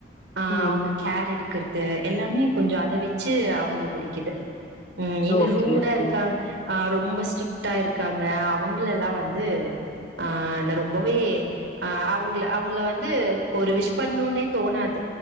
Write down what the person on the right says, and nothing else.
ஆ
அவங்க கேர் எடுக் கறது எல்லாமே கொஞ்சோ அத வச்சு அவங்கள புடிக்குது ம் இந்த
ரூடாருக்க
ஆ ரொம்ப ஸ்ட்ரிக்டா இருக்காங்க அவங்களெல்லா வந்து ஆ நா ரொம்பவே ஆ அவுங்கள அவுங்கள வந்து ஒரு விஷ் பண்ணுனே தோணாது